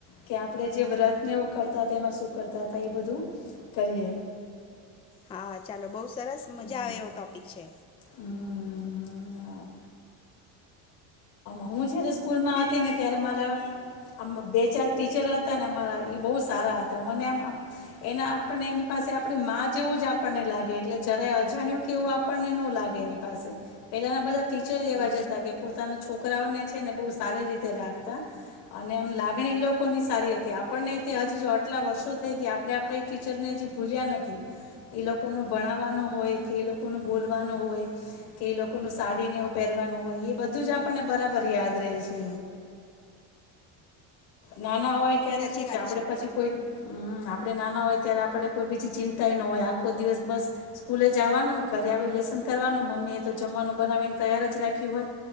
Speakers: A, on the left; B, on the left.
A: કે આપણે જે વ્રતને એવું કરતા એમાં શું કરતા હતા એ બધું કરીએ.
B: હા ચાલો બઉ સ સરસ મજા
A: હમ
B: આવે એવો ટોપિક છે.
A: હમ હું જ્યારે સ્કૂલમાં હતી ને ત્યારે મારા આમ બે ચાર ટીચર હતા ને અમારા એ બહુ સારા હતા મને આમ એના આપણને એની પાસે આપણી માં જેવું જ આપણને લાગે એટલે જરાય અજાણ્યું કેવું આપણને ન લાગે એની પાસે પહેલાના બધા ટીચર એવા
B: હમ,
A: જ હતા કે પોતાના છોકરાઓને છે ને બહુ સારી રીતે રાખતા અને આમ લાગણી એ લોકોની સારી હતી આપણને તે હજી જો આટલા વર્ષો થઈ ગયા આપણે આપણા ટીચરને હજી ભૂલ્યા નથી એ લોકોનું ભણાવવાનું હોય કે એ લોકોનું બોલવાનું હોય કે એ લોકોનું સાડીને એવું પહેરવાનું હોય એ બધું જ આ આપણને બરાબર યાદ રહે છે. ના ના હોય ત્યારે
B: સાચી
A: શું છે
B: વાત
A: આપડે પછી કોઈ હમ આપડે નાના હોય ત્યારે આપડે કોઈ બીજી ચિંતાય ન હોય આખો દિવસ બસ સ્કૂલે જવાનું ઘરે આવી લેસન કરવાનું મમ્મી એ તો જમવાનું બનાવીને તૈયાર જ રાખ્યું હોય